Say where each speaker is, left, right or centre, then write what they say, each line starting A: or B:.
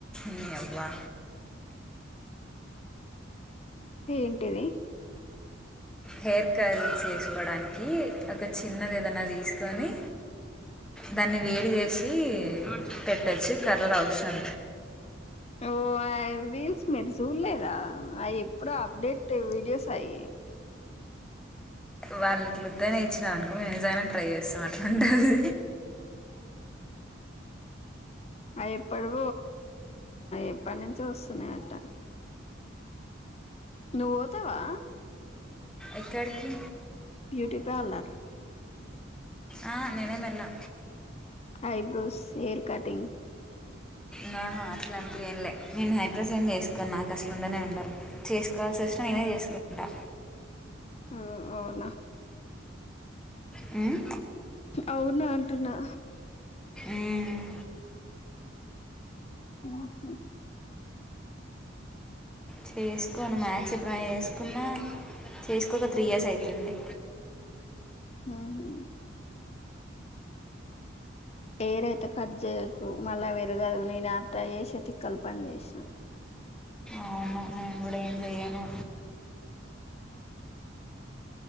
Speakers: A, in the centre; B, on the left.
A: ని అవ్వా
B: ఏంటిది
A: హెర్ కర్ల్ చేసుకోవడానికి ఒక చిన్నది ఏదనా తీసుకొని దాన్ని వేరు చేసి ఇ పెట్టొచు కర్రర్ అవసం
B: ఓ అ వీల్స్ మెట్స్ ఉల దా అ ఎప్పుడు అప్డేట్ వీడియోస్ అయ
A: వాళ్ళ ఇట్లతేనే ఇచ్చిన అనుకో మేము నిజంగానే ట్రై చేస్తాం అట్లాంటది
B: అ ఎప్పడు ఎప్పటి నుంచో వస్తున్నా అట్ట నువ్వు ఓతావా
A: ఎక్కాడికి
B: బ్యూటీ పార్లర్
A: ఆ నేనేం ఎల్లా
B: ఐబ్రోస్ హెయిర్ కటింగ్
A: నా హా అట్లాంటివి ఏం లే నేను హైబ్రోస్ ఏం చేసుకోను నాకు అసలు ఉండనే ఉండవు చేసుకోవాల్సి వచ్చిన నేనే చేసుకుంటా
B: ఓ అవునా
A: మ్మ్
B: అవునా అంటున్నా.
A: ఉమ్,
B: మ్మ్ హు
A: చేసుకోను మ్యాక్ష్ ఎప్పుడైన చేసుకున్నా చేసుకోక త్రీ ఇయర్స్ అయితుంది.
B: ఆ హా హెయిరైతే కట్ జేయకు మళ్ళ పెరగదు, నేను అట్ల చేసే తిక్కల పని చేసినా.
A: అవును నేను కూడా ఏం చేయను